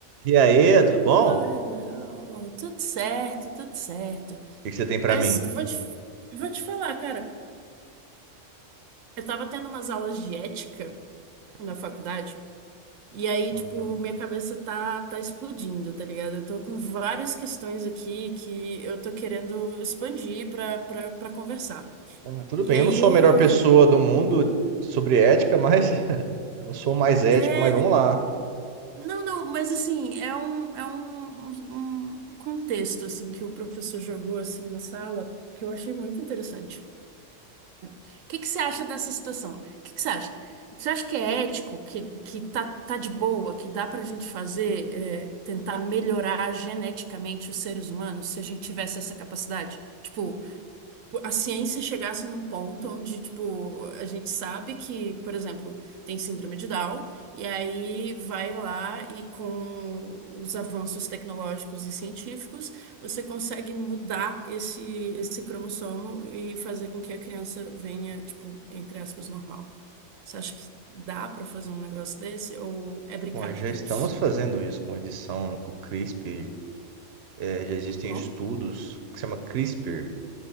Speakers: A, on the right (about 60°); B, on the right (about 85°).
A: E aí, tudo bom?
B: Hello,
A: O
B: hello. Tudo certo, tudo certo.
A: que que você tem pra
B: Mas
A: mim?
B: vou te, vou te falar, cara. Eu tava tendo umas aulas de ética na faculdade, e aí,
A: Uhum.
B: tipo, minha cabeça tá, tá explodindo, tá ligado? Eu tô com várias questões aqui que eu tô querendo expandir pra, pra, pra conversar.
A: Ah, tudo
B: E
A: bem,
B: aí,
A: eu não sou
B: o.
A: a melhor pessoa do mundo sobre ética, mas <laughs> eu não sou o mais ético,
B: É.
A: mas vamos lá.
B: Não, não, mas assim, é um, é um, um um contexto, assim, que o professor jogou, assim, na sala, que eu achei muito interessante. O que que você acha dessa situação? O que que você acha? Você acha que é ético, que, que tá, tá de boa, que dá pra gente fazer, é, tentar melhorar geneticamente os seres humanos se a gente tivesse essa capacidade? Tipo, a ciência chegasse num ponto onde, tipo, a gente sabe que, por exemplo, tem síndrome de Down, e aí vai lá e com os avanços tecnológicos e científicos, você consegue mudar esse, esse cromossomo e fazer com que a criança venha, tipo, entre aspas, normal. Você acha que dá pra fazer um negócio desse ou é brincar
A: Bom, já
B: de Deus?
A: estamos fazendo isso com edição, com CRISPR. É, já existem
B: Como?
A: estudos que se chama CRISPR.